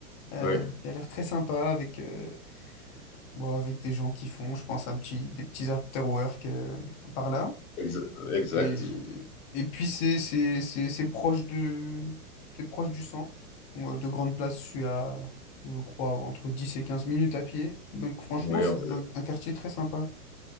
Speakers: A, on the left; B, on the left.
A: euh,
B: ouais.
A: qui a l'air très sympa avec, euh, bon, avec des gens qui font, je pense, un petit, des petits after-work euh, par là.
B: Exa- exact.
A: Et, et puis c'est c'est- c'est- c'est proche de c'est proche du centre. Moi, De grande place, je suis à, je crois, entre 10 et 15 minutes à pied. Donc franchement,
B: Ouais,
A: c'est
B: on-
A: un, un quartier très sympa.